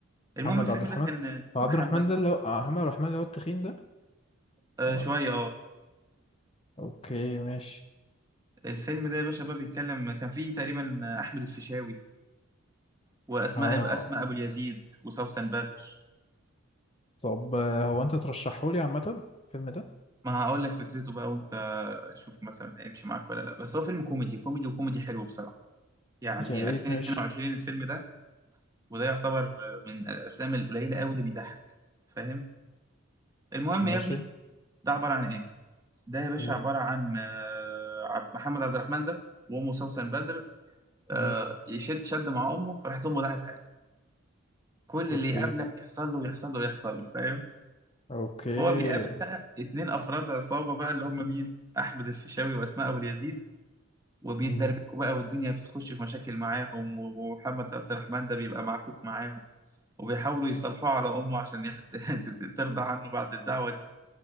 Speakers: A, on the right; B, on the left.
A: المهم
B: محمد
A: الفيلم
B: عبد الرحمن
A: ده كان
B: هو
A: محمد
B: عبد الرحمن ده
A: عبد
B: اللي هو
A: الرحمن
B: آه، محمد عبد الرحمن اللي هو التخين ده
A: آه
B: ولا
A: شوية اه
B: اوكي ماشي
A: الفيلم ده يا باشا بقى بيتكلم كان فيه تقريبا أحمد الفيشاوي وأسماء
B: اه
A: أسماء أبو اليزيد وسوسن بدر
B: طب آه، هو انت ترشحه لي عامة الفيلم ده
A: ما هقول لك فكرته بقى وانت شوف مثلا هيمشي معاك ولا لا بس هو فيلم كوميدي كوميدي وكوميدي حلو بصراحة يعني
B: يا ريت
A: 2022
B: ماشي
A: الفيلم ده وده يعتبر من الأفلام القليلة قوي اللي بيضحك فاهم المهم
B: ماشي
A: يا ابني ده عبارة عن ايه ده يا باشا
B: مم.
A: عبارة عن آه، عب- محمد عبد الرحمن ده وأمه سوسن بدر آه،
B: مم.
A: يشد شد مع أمه فراحت أمه دعت عليه كل
B: اوكي
A: اللي يقابلك يحصل له يحصل له يحصل له فاهم
B: اوكي
A: هو بيقابل بقى اتنين أفراد عصابة بقى اللي هم مين أحمد الفيشاوي وأسماء أبو اليزيد وبيتدربكوا
B: مم.
A: بقى والدنيا بتخش في مشاكل معاهم ومحمد عبد الرحمن ده بيبقى معكوك معاهم وبيحاولوا يصالحوه على أمه عشان يحت... <laughs> ترضى عنه بعد الدعوة دي